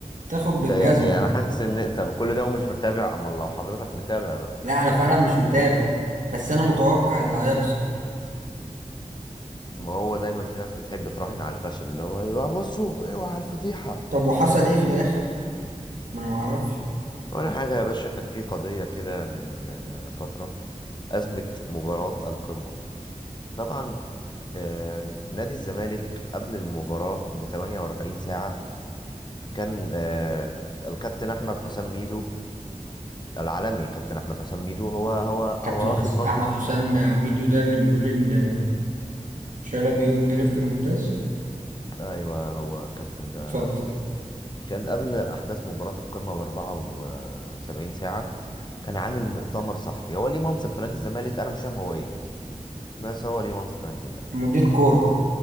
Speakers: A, on the right; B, on the left.
A: تاخد بالجزمة
B: ت- يعني أنا حاسس إن أنت بكل ده ومش متابع أما لو حضرتك متابع بقى
A: لا انا فعلا مش متابع بس انا متوقع اللي هيحصل
B: ما هو دايما في ناس بتحب تراهن على الفشل اللي هو أيوه بصوا أيوه على الفضيحة
A: طب وحصل ايه في الاخر ما انا معرفش
B: ولا حاجة يا باشا كان في قضية كده من آه، فترة أزمة مباراة القمة طبعا آه، نادي الزمالك قبل المباراة ب 48 ساعة كان آه، الكابتن أحمد حسام ميدو العالمي كابتن أحمد حسام ميدو هو هو
A: كابتن
B: هو واخد
A: حسن
B: منصب
A: احمد حسام ميدو ده اللي بيقول ان شلبي يونج ليفت ممتاز
B: أيوه هو الكابتن ده
A: اتفضل
B: كان قبل أحداث مباراة القمة ب 74 ساعة كان عامل مؤتمر صحفي هو ليه منصب في نادي الزمالك أنا مش فاهم هو إيه بس هو ليه منصب في نادي الزمالك
A: مدير كورة